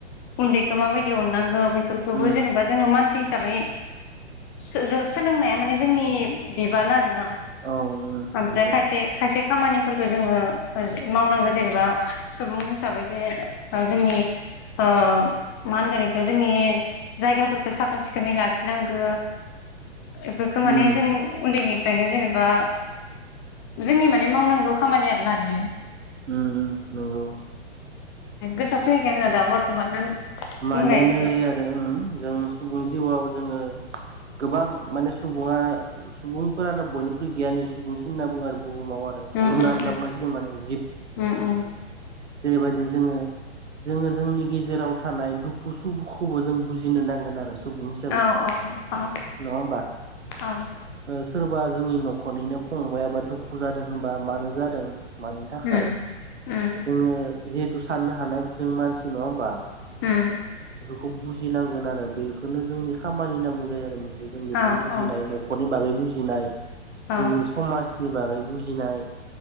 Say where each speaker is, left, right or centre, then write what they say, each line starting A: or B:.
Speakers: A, on the left; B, on the right.
A: उन्दैखौ माबायदि अननांगौ। बेफोरखौबो
B: उम
A: जेनेबा जोङो मानसि हिसाबै जो जों सोलोंनाया माने जोंनि बिबान आरोना
B: औ उम
A: ओमफ्राय
B: नंगौ
A: खायसे खायसे खामानिफोरखौ जोङो मावनांगौ जेनेबा सुबुं हिसाबै जे जोंनि ओ मा होनगोन इ जोंनि जायगाफोरखओ साखोन सिखोनै लाखिनांगो। बेफोरखो माने
B: उम
A: जों उन्दैनिफ्रायनो जेनेबा जोंनि माने मावनांगौ खामानि आरोना बियो।
B: उम उम नंगौ
A: गोसोआव फैयाखै आंना दा बर्थमान बुंलाय
B: मानोना
A: एसे
B: आरो जों सुबुं जिउआव जोङो गोबां माने सुबुङा सुबुंफोरानो बयनिख्रुइ गियानि सुबुंसिन होनना बुङो आरो बुहुमाव आरो
A: उम
B: जुनार
A: उम
B: होनना बुंनांसिगोन माने जिब।
A: उम उम उम
B: जेरैबायदि जोङो जोङो जोंनि गेजेराव थानाय दुखु सुखुखौबो जों बुजिनो नांगोन आरो सुबुं हिसाबै।
A: औ औ औ
B: नङा होमबा?
A: औ
B: औ सोरबा जोंनि न ख'रनिनो फंबायाबा दुखु जादों होनबा मानो जादों मानि थाखाय।
A: उम उम
B: जोङो जिहेथु साननो हानाय जों मानसि नङा होमबा?
A: उम।
B: खौ बुजिनांगोन आरो बेफोरनो जोंनि खामानि होनना बुंजायो आरो मोनसे जों बेखौ
A: औ
B: बुजिनाय
A: औ
B: न'खरनि बागै बुजिनाय
A: औ
B: जोंनि समाजनि बागै बुजिनाय